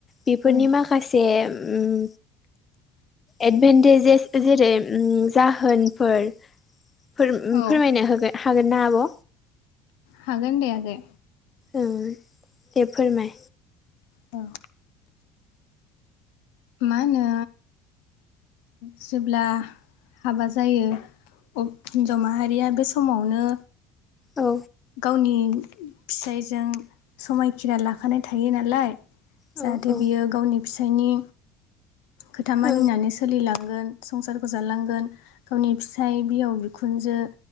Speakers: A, on the left; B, on the left.
A: बेफोरनि
B: औ
A: माखासे उम एदभेनटेजेस जेरै उम जाहोनफोर फोर उम
B: औ
A: फोरमायनो होगोन हागोन ना आब'
B: हागोन दे आगै
A: ओं दे फोरमाय
B: औ मा होनो जेब्ला हाबा जायो अब हिन्जाव माहारिया बे समावनो
A: औ
B: गावनि फिसाइजों समायखेरा लाखानाय थायो नालाय
A: औ
B: जाहाथे
A: औ
B: बियो गावनि फिसायनि खोथा मानिनानै
A: औ
B: सोलिलाङो। गोन संसारखौ जालांगोन गावनि फिसाय बिहाव बिखुनजो